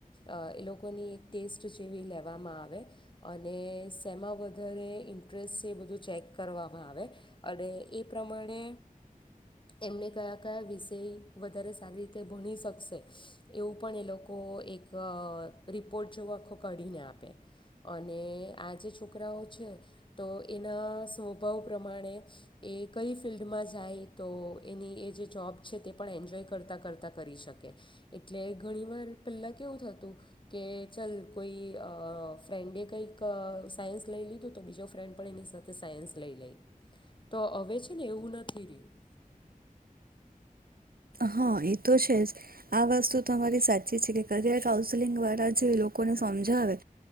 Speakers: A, on the left (about 35°); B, on the right (about 85°).
A: અ એ લોકોની ટેસ્ટ જેવી લેવામાં આવે અને સેમાં વધારે ઇન્ટરેસ્ટ છે બધું ચેક કરવામાં આવે અને એ પ્રમાણે એમને કયા કયા વિષય વધારે સારી રીતે ભણી શકશે એવું પણ એ લોકો એક રિપ પોર્ટ જો આખો કઢીને આપે અને આ જે છોકરાઓ છે તો એના સ્વભાવ પ્રમાણે એ કઈ ફિલ્ડમાં જાય તો એની એ જે જોબ છે તે પણ એન્જોય કરતાં કરતાં કરી શકે એટલે ઘણીવાર પહેલાં કેવું થતું કે ચલ કોઈ અ ફ્રેન્ડે કંઈક સાયન્સ લઈ લીધું તો બીજો ફ્રેન્ડ પણ એની સાથે સાયન્સ લઈ લઈ તો હવે છે ને એવું નથી રહ્યું.
B: હા એ તો છે જ આ વસ્તુ તમારી સાચી છે કે કરિયર કાઉન્સેલિંગ વાળા જે લોકોને સમજાવે